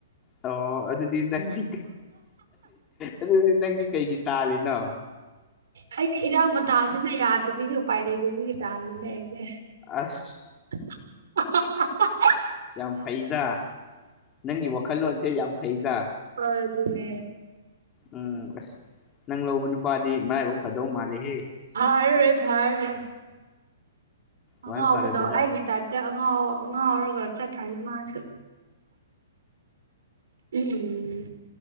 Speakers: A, on the left; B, on the right.
A: ꯑꯣ ꯑꯗꯨꯗꯤ ꯅꯪꯗꯤ ꯑꯗꯨꯗꯤ ꯅꯪꯗꯤ ꯀꯩꯒꯤ ꯇꯥꯜꯂꯤꯅꯣ
B: ꯑꯩꯗꯤ ꯏꯔꯥꯡ ꯃꯇꯥꯁꯤꯅ ꯌꯥꯗꯕꯒꯤ ꯎꯄꯥꯏ ꯂꯩꯗꯕꯒꯤ ꯇꯥꯂꯤꯅꯦ ꯑꯩꯁꯦ
A: ꯑꯁ
B: <unintelligible>
A: ꯌꯥꯝ ꯐꯩꯗ ꯅꯪꯒꯤ ꯋꯥꯈꯜꯂꯣꯟꯁꯦ ꯌꯥꯝ ꯐꯩꯗ
B: ꯍꯣꯏ ꯑꯗꯨꯅꯦ
A: ꯎꯝ ꯑꯁ ꯅꯪ ꯂꯧꯕ ꯅꯨꯄꯥꯗꯤ ꯃꯔꯥꯏꯕꯛ ꯐꯗꯧ ꯃꯥꯜꯂꯤꯍꯦ
B: ꯐꯔꯔꯣꯏ ꯐꯔꯔꯣꯏ ꯑꯉꯥꯎꯕꯗꯣ
A: ꯀꯃꯥꯏꯅ ꯐꯔꯣꯏꯗꯣꯏꯅꯣ
B: ꯑꯩꯒꯤ ꯇꯥꯏꯞ <unintelligible> ꯑꯉꯥꯎ ꯉꯥꯎꯔꯒ ꯆꯠꯈꯔꯥꯅꯤ ꯃꯥꯁꯨ ꯎꯝ